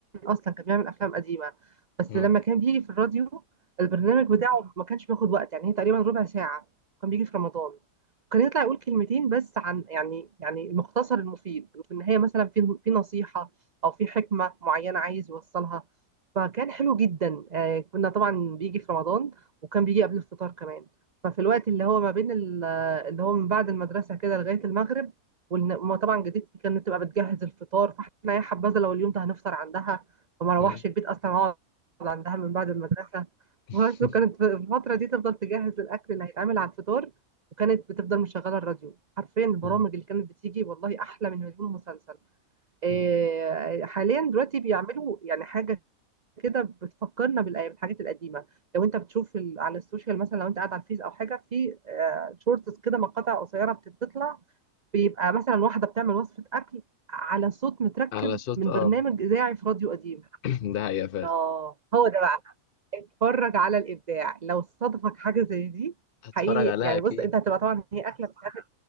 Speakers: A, on the right; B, on the left.
A: اصلا كان بيعمل افلام قديمه بس
B: مم.
A: لما كان بيجي في الراديو البرنامج بتاعه ما كانش بياخد وقت يعني هي تقريبا ربع ساعه كان بيجي في رمضان كان يطلع يقول كلمتين بس عن يعني يعني المختصر المفيد وفي النهايه مثلا في في نصيحه او في حكمه معينه عايز يوصلها فكان حلو جدا آه، كنا طبعا بيجي في رمضان وكان بيجي قبل الفطار كمان ففي الوقت اللي هو ما بين ال اللي هو من بعد المدرسة كده لغاية المغرب وما طبعا جدتي كانت تبقى بتجهز الفطار فاحنا يا حبذا لو اليوم ده هنفطر عندها فما اروحش
B: مم.
A: البيت اصلا اقعد عندها من بعد المدرسة
B: <laughs>
A: بس وكانت في الفترة دي تفضل تجهز الأكل اللي هيتعمل على الفطار وكانت بتفضل مشغلة الراديو حرفيا البرامج
B: مم.
A: اللي كانت بتيجي والله أحلى من مليون مسلسل إيه،
B: مم.
A: حاليا دلوقتي بيعملوا يعني حاجة كده بتفكرنا بالأيام بالحاجات القديمة لو انت بتشوف ال- على السوشيال مثلا لو انت قاعد على الفيس او حاجة في آه، شورتس كده مقاطع قصيرة بتطلع بيبقى مثلا واحدة بتعمل وصفة أكل على صوت متركب
B: على صوت
A: من
B: اب
A: برنامج إذاعي في راديو قديم
B: <clears throat> ده حقيقة فعلا
A: اه هو ده بقى اتفرج على الإبداع لو صادفك حاجة زي دي
B: هتفرج
A: حقيقي
B: عليها
A: يعني
B: اكيد
A: بص انت هتبقى طبعا هي أكلة بتتعمل